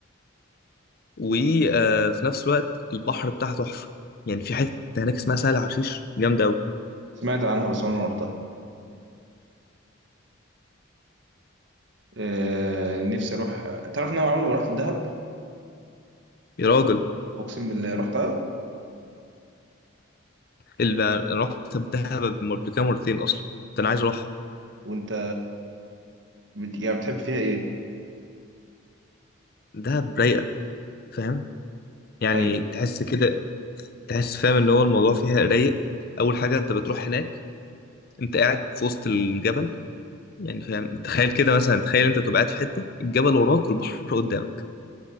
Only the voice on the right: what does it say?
سمعت عنها بس انا ما رحتها آه، نفسي اروح تعرف ان انا عمري ما رحت الدهب
اقسم بالله رحتها
وانت بت... يعني بتحب فيها ايه
ايوه